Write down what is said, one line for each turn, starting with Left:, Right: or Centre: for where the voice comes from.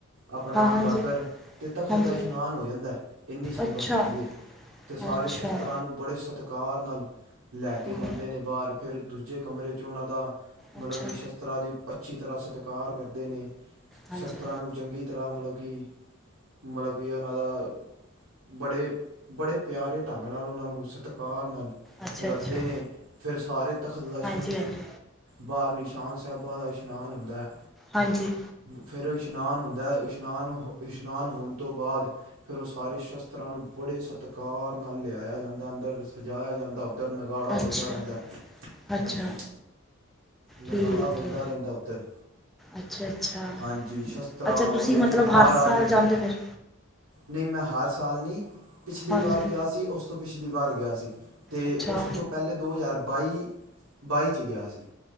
Right: ਆਪਣਾ
Centre: ਹਾਂ ਹਾਂਜੀ
Right: ਗਾਗਰ, ਤੇ ਤਖਤ
Centre: ਹਾਂਜੀ
Right: ਦਾ ਇਸ਼ਨਾਨ ਹੋ ਜਾਂਦਾ। ਇੰਨੀ ਸੰਗਤ
Centre: ਅੱਛਾ
Right: ਹੁੰਦੀ ਹੈ। ਅਤੇ ਸਾਰੇ
Centre: ਅੱਛਾ
Right: ਸ਼ਸਤਰਾਂ ਨੂੰ ਬੜੇ ਸਤਿਕਾਰ ਨਾਲ ਲੈ ਕੇ
Centre: ਹੂੰ
Right: ਜਾਂਦੇ, ਨੇ ਬਾਹਰ ਫਿਰ ਦੂਜੇ ਕਮਰੇ 'ਚ ਉਹਨਾਂ ਦਾ ਮਤਲਬ
Centre: ਅੱਛਾ
Right: ਕਿ, ਸ਼ਸਤਰਾਂ ਦੀ ਅੱਛੀ ਤਰ੍ਹਾਂ ਸਤਿਕਾਰ ਕਰਦੇ ਨੇ
Centre: ਹਾਂਜੀ
Right: ਸ਼ਸਤਰਾਂ ਨੂੰ ਚੰਗੀ ਤਰ੍ਹਾਂ, ਮਤਲਬ ਕਿ, ਮਤਲਬ ਕਿ ਉਹਨਾਂ ਦਾ- ਬੜੇ -ਬੜੇ ਪਿਆਰੇ ਢੰਗ ਨਾਲ ਉਹਨਾਂ ਨੂੰ ਸਤਿਕਾਰ ਨਾਲ,
Centre: ਅੱਛਾ
Right: ਰੱਖਦੇ
Centre: ਅੱਛਾ
Right: ਨੇ ਫਿਰ ਸਾਰੇ ਤਖ਼ਤ ਦਾ।
Centre: ਹਾਂਜੀ ਹਾਂਜੀ
Right: ਬਾਰ ਨਿਸ਼ਾਨ ਸਾਹਿਬਾਂ ਦਾ ਇਸ਼ਨਾਨ ਹੁੰਦਾ ਹੈ।
Centre: ਹਾਂਜੀ।
Right: ਫਿਰ ਉਹ ਇਸ਼ਨਾਨ ਹੁੰਦਾ ਹੈ। ਇਸ਼ਨਾਨ ਹੋ, ਇਸ਼ਨਾਨ ਹੋਣ, ਤੋਂ ਬਾਅਦ? ਫਿਰ ਉਹ ਸਾਰੇ ਸ਼ਸਤਰਾਂ ਨੂੰ- ਬੜੇ ਸਤਿਕਾਰ ਨਾਲ ਲਿਆਇਆ ਜਾਂਦਾ, ਅੰਦਰ ਸਜਾਇਆ ਜਾਂਦਾ। ਅੰਦਰ ਨਗਾੜਾ ਵਜਦਾ
Centre: ਅੱਛਾ
Right: ਰਹਿੰਦਾ ਹੈ।
Centre: ਅੱਛਾ!
Right: ਹਾਂਜੀ ਨਗਾੜਾ
Centre: ਠੀਕ
Right: ਵੱਜਦਾ
Centre: ਹੈ
Right: ਰਹਿੰਦਾ ਓਧਰ।
Centre: ਅੱਛਾ ਅੱਛਾ
Right: ਹਾਂਜੀ, ਸ਼ਸਤਰਾਂ
Centre: ਅੱਛਾ
Right: ਉਹਦੇ
Centre: ਤੁਸੀਂ ਮਤਲਬ
Right: 'ਚ ਮਹਾਰਾਜ-
Centre: ਹਰ ਸਾਲ ਜਾਂਦੇ ਫਿਰ
Right: ਨਹੀਂ ਮੈਂ ਹਰ ਸਾਲ ਨਹੀਂ? ਪਿਛਲੀ
Centre: ਹਾਂਜੀ
Right: ਵਾਰ ਗਿਆ ਸੀ, ਉਸ ਤੋਂ ਪਿਛਲੀ ਵਾਰ ਗਿਆ ਸੀ। ਤੇ
Centre: ਅੱਛਾ
Right: ਉਸ ਤੋਂ ਪਹਿਲੇ, ਦੋ ਹਜ਼ਾਰ ਬਾਈ- ਬਾਈ 'ਚ ਗਿਆ ਸੀ।